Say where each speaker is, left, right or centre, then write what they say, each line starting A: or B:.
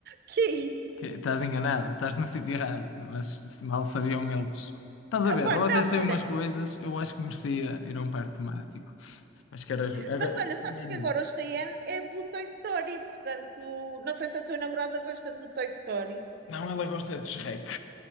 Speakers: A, on the right; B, on the left.
A: que é isso?
B: Que- Estás enganada, estás no sítio errado, mas mal sabiam eles. Estás
A: Epá,
B: a ver, eu
A: não,
B: até sei
A: olha,
B: umas coisas, eu acho que merecia ir a um parque temático. Acho que era, era
A: mas olha, sabes
B: o mínimo.
A: que agora o Cheyenne é do Toy Story, portanto, não sei se a tua namorada gosta do Toy Story,
B: Não, ela gosta de Shrek.